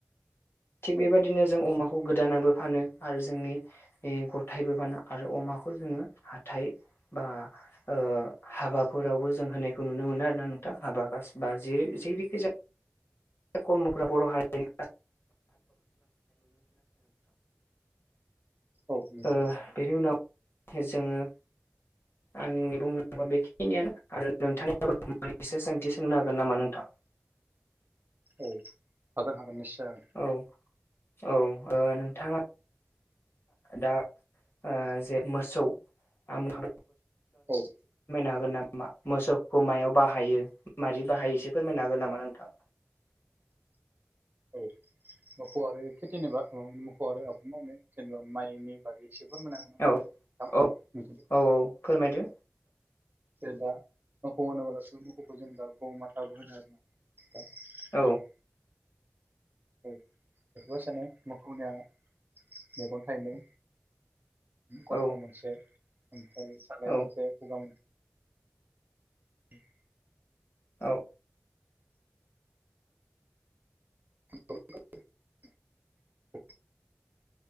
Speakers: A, on the left; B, on the right.
A: थिग बेबायदिनो
B: औ
A: जों अमाखौ गोदानाबो फानो आरो जोंनि ओ गथायैबो फानो आरो अमाखौ जोङो हाथाय बा ओ हाबाफोरावबो जों होनायखौ नुनो मोनो आरो ना नोंथां हाबा गास बा <inaudible> <unintelligible> खर्मफ्रा बर' हारि <inaudible>
B: औ नंगौ
A: ओ बेनि उनाव जोङो आंनि बुंनांगौवा बेखिनियानो आरो नोंथांनियाव मोननैसो सोंथि सोंनो हागोन नामा नोंथाङा?
B: औ हागोन हागोन निस्यय हागोन।
A: औ औ ओ नोंथाङा दा ओ जे मोसौ <inaudible> <unintelligible>
B: औ
A: हागोन नामा मोसौखौ मायाव बाहायो मारै बाहायो एसे फोरमायनो हागोन नामा नोंथाङा?
B: <unintelligible> औ मोसौ आरो खेथिनिबा मोसौ आरो आबाद मावनो जेनेबा माइनि बागै एसे <unintelligible>
A: औ औ औ फोरमायदो
B: जेरै दा मोखौ होनोब्लासो मोसौखौ जों दा गमाथाबो होनो आरोना। <unintelligible>
A: औ
B: बेखौबो सानो मोखौनिया मेगन थाइनै गन्थं
A: औ
B: मोनसे ओमफ्राय सालाय
A: औ
B: मोनसे खुगा मोनसे <unintelligible>
A: औ
B: <unintelligible>